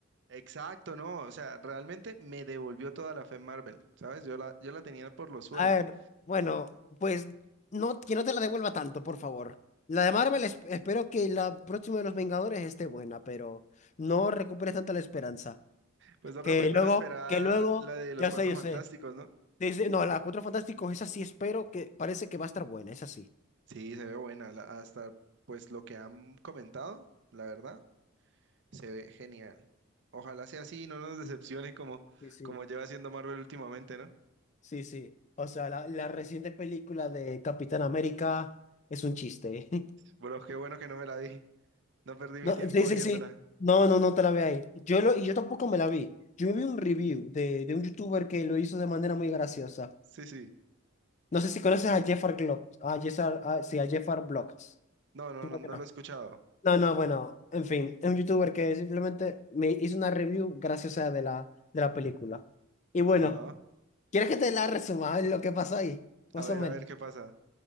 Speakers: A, on the right (about 55°); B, on the left (about 35°).
A: Exacto, no, o sea, realmente me devolvió toda la fe en Marvel, ¿sabes? Yo la, yo la tenía por los suelos.
B: A ver, bueno, pues no, que no te la devuelva tanto, por favor. La de Marvel, esp- espero que la próxima de los Vengadores esté buena, pero no recuperes tanta la esperanza.
A: Pues toca
B: Que
A: primero
B: luego,
A: esperar
B: que luego,
A: la de los
B: ya
A: Cuatro
B: sé, yo
A: Fantásticos,
B: sé.
A: ¿no?
B: Dice, no, la Cuatro Fantásticos, esa sí espero que parece que va a estar buena, esa sí.
A: Sí, se ve buena. la- hasta pues lo que han comentado, la verdad, se ve genial. Ojalá sea así y no nos decepcione como,
B: Sí, sí,
A: como lleva haciendo Marvel últimamente, ¿no?
B: sí, sí. O sea, la, la reciente película de Capitán América es un chiste. <laughs>
A: Bueno, qué bueno que no me la vi. No perdí mi
B: No,
A: tiempo
B: sí, sí,
A: viéndola.
B: sí. No, no, no te la veáis. Yo lo, y yo tampoco me la vi. Yo vi un review de, de un youtuber que lo hizo de manera muy graciosa.
A: Sí, sí.
B: No sé si conoces a Jeffar Glocks. A Jeffar, a- sí, a Jeffar Blocks.
A: No, no,
B: Supongo
A: no, no
B: que no.
A: lo he escuchado.
B: No, no, bueno, en fin, es un youtuber que simplemente me hizo una review graciosa de la, de la película. Y bueno,
A: Ya.
B: ¿quieres que te la resuma lo que pasó ahí? Más
A: A ver,
B: o menos.
A: a ver qué pasa.